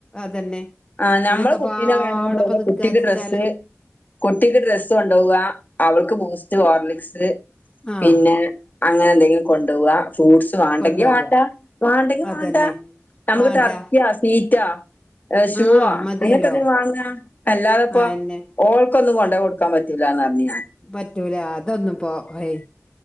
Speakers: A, on the left (about 15°); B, on the left (about 35°).
A: അതന്നെ
B: ആ നമ്മള്
A: ഇതിനൊക്കെപ്പാടപ്പം
B: കുട്ടീനെ വേണ പോലെ
A: നിക്കാന്ന്
B: കുട്ടിക്ക്
A: വെച്ചാല്
B: ഡ്രസ്സ് കുട്ടിക്ക് ഡ്രസ്സ് കൊണ്ടപോവുക അവൾക്ക് ബൂസ്റ്റ് ഹോർലിക്‌സ്
A: ആഹ്
B: പിന്നെ അങ്ങനെ എന്തെങ്കിലും കൊണ്ടു പോവാ ഫ്രൂട്ട്സ് വേണ്ടെങ്കിൽ
A: കൊണ്ടോക
B: വേണ്ട വേണ്ടെങ്കിൽ
A: അതന്നെ
B: വേണ്ടാ നമുക്ക്
A: വാണ്ട
B: ടർക്കിയാ സവീറ്റാ ഷൂവാ
A: ആഹ് മതിയല്ലോ
B: അങ്ങനക്കെ എന്ത വാങ്ങ അല്ലാതെപ്പ
A: അയെന്നെ
B: ഓ ഒക്കൊന്ന് കൊണ്ട കൊടുക്കാ പറ്റില്ലല്ലന്ന് പറഞ്ഞത്
A: പറ്റൂല അതൊന്നും പോ ഹയ്